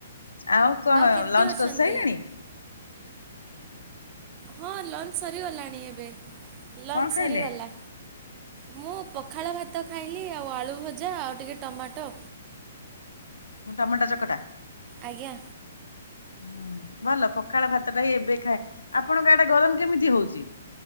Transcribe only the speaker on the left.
ଆଉ କଣ
ଲଞ୍ଚ
କରିସାରିଲେଣି?
କଣ ଖାଇଲେ
ମୁଁ ଟମାଟ ଚକଟା।
ହୁଁ ଭଲ ପଖାଳ ଭାତ ଟା ହ ଏବେ ଖାଏ ଆପଣଙ୍କା ଆଡ଼େ ଗରମ କେମିତି ହଉଛି?